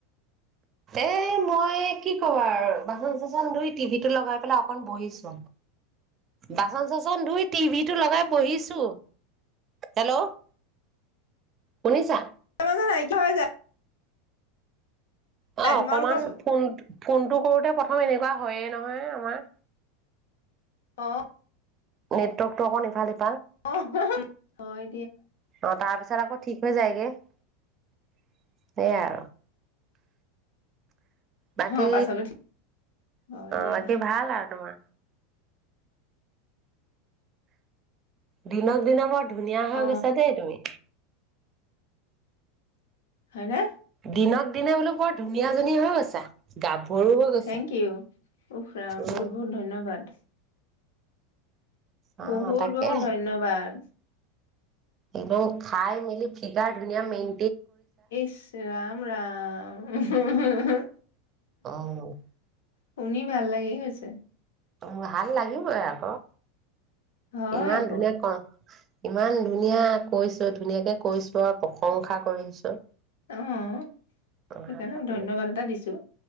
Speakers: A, on the right; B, on the left.
A: এ মই কি কবা আৰু বাচন থাচন ধুই টিভি লগা <unintelligible> অকন বহিছু বাচন থাচন ধুই টিভিটো লগাই বহিছু হেল্লো শুনিছা
B: <unintelligible> যায়
A: অ
B: তোমালোকৰছো
A: অকমান ফোনটো ফোনটো কৰোতে প্ৰথমে এ কোৱা হয়ে নহয় আমাৰ
B: অ
A: নেটৱৰ্কতো অলপ ইফাল সিফাল
B: অ অহ হ অই
A: অ তাৰ পিছত আৰু থিক হৈ যাই গে সেয়াই বাকি
B: অ পাছলৈ ঠিক হয় দিয়া
A: বাকি ভাল আৰু তোমাৰ দিনক দিনে ধুনীয়া সৈ
B: অ
A: গৈছা দে তুমি
B: হয়নে?
A: দিনক দিনে বলু বৰ ধুনীয়াজনী হৈ গৈছা হৈ গৈছা।
B: থেঙ ইও উফ ৰাম
A: উম।
B: বহুত বহুত ধন্যবাদ
A: অ
B: বহুত
A: তাকে
B: বহুত ধন্যবাদ
A: একদম খাই মিলি ফিগাৰ ধুনীয়া মেন
B: ইছ ৰাম! ৰাম উমহ উমহ উমহ
A: অ'
B: শুনি ভাল গৈছে
A: অ ভাল লাগিবই আকৌ
B: হয়
A: ইমান
B: আকৌ
A: ধুনীয়া ক ইমান ধুনীয়া কৈছো ধুনীয়া কে কৈছো আৰু প্ৰসংশা কৰিছো
B: অ এইকাৰণে
A: ভাল লাগিব
B: ধন্যবাদ এটা দিছো